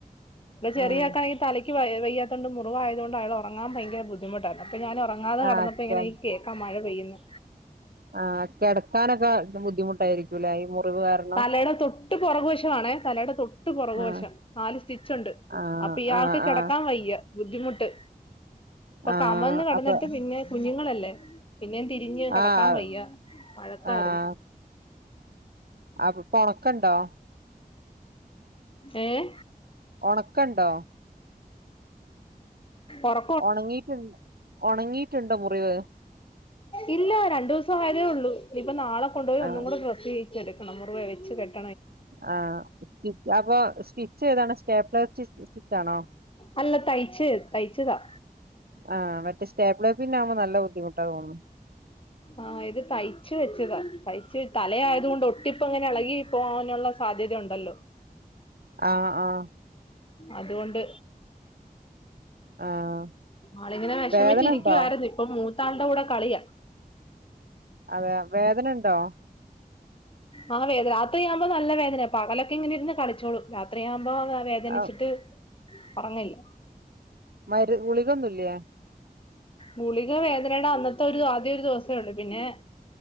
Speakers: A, on the left; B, on the right.
A: ഇന്റെ ചെറിയാക്കാണെങ്കി
B: ഉം
A: തല ക്ക് വയ്യാത്തോണ്ട് മുറിവായതുകൊണ്ട് അയാൾ ഉറങ്ങാൻ ഭയങ്കര ബുദ്ധിുട്ടായിരുന്നു അപ്പ ഞാൻ ഉറങ്ങാതെ കെടന്നപ്പോ
B: ആഹ്
A: ഇങ്ങനെ
B: കെ
A: ഈ കേൾക്കാ മഴ പെയ്യുന്നു
B: ആഹ് കെടക്കാനൊക്കെ ബുദ്ധിമുട്ടായിരിക്കൂലെ ഈ മുറിവ് കാരണം
A: തലേടെ തൊ ട്ട് പുറകുവശമാണേ തലേടെ തൊട്ട് പുറകുവശം
B: ആഹ്
A: നാല് സ്റ്റിച്ചുണ്ട്
B: ആഹ്
A: അപ്പൊ ഇയാൾക്ക്
B: ആഹ് ആഹ്
A: കിടക്കാൻ വയ്യ ബുദ്ധിമുട്ട് ഇപ്പൊ
B: ആഹ്
A: കമന്ന് കടന്നിട്ട്
B: അപ്പൊ
A: പിന്നെ കുഞ്ഞുങ്ങളല്ലേ പിന്നേ തിരിഞ്ഞ് കടക്കാൻ
B: ആഹ്
A: വയ്യ വഴക്കാരുന്നു
B: ആഹ് അപ്പൊ പ്പ ഒണക്കണ്ടോ
A: ഏഹ്
B: ഒണക്കണ്ടോ
A: ഒറ
B: ഒണങ്ങിട്ട് ഒണങ്ങിയിട്ട്ണ്ടോ മുറിവ്
A: ഇല്ല രണ്ടുസം ആയതേ ഉള്ളൂ ഇനിപ്പ നാളെ കൊണ്ടുപോയി
B: ആഹ്
A: ഒന്നും കൂടെ ഡ്രസ്സ് ചെയ്യിച്ച് എടുക്കണം മുറിവ് വെച്ച് കെട്
B: ആഹ് സ്റ്റിച്ച് അപ്പൊ സ്റ്റിച്ച് ഏതാണ് സ്റ്റേപ്പ്ലയർ സ്റ്റിച്ച് ആണോ
A: അല്ല തയ്ച്ച് തയ്ച്ചതാ
B: ആഹ് മറ്റേ സ്റ്റേപ്ലയർ പിന്നാവുമ്പോ നല്ല ബുദ്ധിമുട്ടാ തോനുന്നു
A: ആഹ് ഇത് തയ്ച്ച് വെച്ചതാ തയ്ച്ച് തലയായത് കൊണ്ട് ഒട്ടിപ്പ് ഇങ്ങനെ എളകി പോവാനൊള്ള സാധ്യത ഒണ്ടല്ലോ
B: ആഹ് ആഹ്
A: അതുകൊണ്ട്
B: ആഹ്
A: ആളിങ്ങനെ വെഷ്
B: വേദന ഉണ്ടോ
A: ഇപ്പം മൂത്താൾടെ കൂടെ കളിയാ
B: അതെയാ വേദന ഇണ്ടോ?
A: ആഹ <inaudible> ആഹ് വേദന രാത്രിയാവുമ്പോ നല്ല വേദനയാ പകലൊക്കെ ഇങ്ങനെ ഇരുന്ന് കളിച്ചോളും രാത്രിയാവുമ്പോ ക വേദനിച്ചിട്ട്
B: ആഹ്
A: ഒറങ്ങില്ലാ
B: മരു ഗുളികൊന്നുല്ലേ?
A: ഗുളിക വേദനേടെ അന്നത്തെ ഒരു ആദ്യ ഒരു ദിവസേ ഒള്ളൂ ഇപ് പിന്നെ